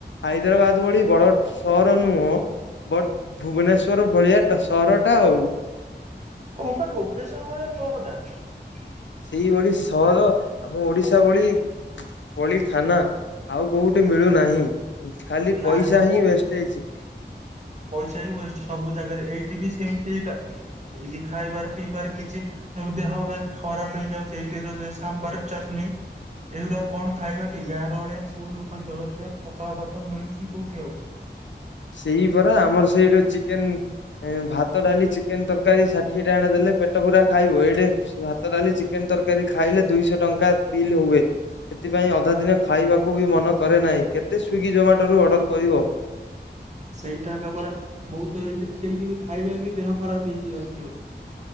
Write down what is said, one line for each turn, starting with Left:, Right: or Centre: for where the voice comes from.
Left: ହାଇଦ୍ରାବାଦ ଭଳି ବଡ ସହର ନୁହଁ ବଟ ଭୁବନେଶ୍ଵର ଭଳିଆ ସହରଟା ଆଉ।
Right: ଓ ଭୋପାଲ୍ ଭୁବନେଶ୍ୱର ଭଳିଆ ସହରଟା।
Left: ସେଇଭଳି ସହର ଆମ ଓଡିଶା ଭଳି ପଳିଖାନା। ଆଉ କୋଉଠି ମିଳୁନାହିଁ, ଖାଲି
Right: ନାଇଁ
Left: ପଇସା
Right: ବା
Left: ହିଁ
Right: କଣ
Left: ୱେଷ୍ଟ ହେଇଛି।
Right: ପଇସା ହିଁ ୱଷ୍ଟ ସବୁ ଜାଗାରେ ଏଇଠି ବି ସେମତି କା ଏଇଠି ଖାଇବାର ପିଇବାର କିଛି ଆଉ ଦେହ ବେ ଖରାପ ହେଇଯାଉଛି ଏଇ ତେଲ ଜିନଷ ସମ୍ବର ଚଟନି ଏଇଗୁଡା କଣ ଖାଇବା କି ଗାଁରେ ଭଳିଆ ପୁଲୁ ପାଇଁ ଜଳଖି଼ଆ ପଖଳା ଭାତ ମିଳୁଛି କୋଉଠି ଆଉ।
Left: ସେଇ ପରା ଆମର ସେଇଟ ଚିକେନ ଭାତ ଡାଲି ଚିକେନ ତରକାରୀ ଷାଠିଏ ଟା ଦେଲେ ପେଟ ପୁରା ଖାଇବ ଏଇଟେ ଭାତ ଡାଲି ଚିକେନ ତରକାରୀ ଖାଇଲେ ଦୁଇଶହ ଟଙ୍କା ବିଲ୍ ହୁଏ। ସେଥିପାଇଁ ଅଧା ଦିନ ଖାଇବାକୁ ବି ମନ କରେ ନାହିଁ କେତେ ସ୍ଵିଗି ଜୋମାଟୋରୁ ଅର୍ଡର କରିବ।
Right: ସେଇଟା କା ପରା ବହୁତ ଏଇି ସେଇଠି ବି ଖାଇବା ବି ଦେହ ଖରାପ ହେଇଯାଉଥିବ।